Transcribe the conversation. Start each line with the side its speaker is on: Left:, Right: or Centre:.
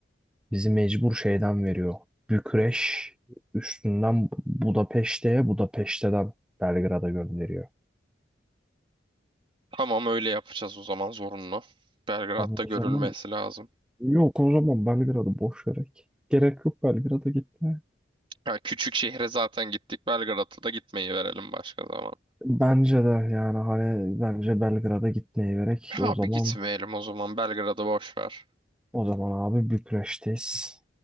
Centre: Bizi mecbur şeyden veriyor. Bükreş üstünden Budapeşte'ye, Budapeşte'den Belgrad'a gönderiyor.
Right: Tamam öyle yapacağız o zaman zorunlu. Belgrad'da
Centre: Abi
Right: görülmesi
Centre: o zaman
Right: lazım.
Centre: yok o zaman Belgrad'ı boş vererek. Gerek yok Belgrad'a gitmeye.
Right: Ha, küçük şehre zaten gittik. Belgrad'a da gitmeyi verelim başka zaman.
Centre: Bence de yani hani bence Belgrad'a gitmeyi gerek.
Right: Ha
Centre: O zaman
Right: bir gitmeyelim o zaman. Belgrad'ı boş ver.
Centre: o zaman abi Bükreş'teyiz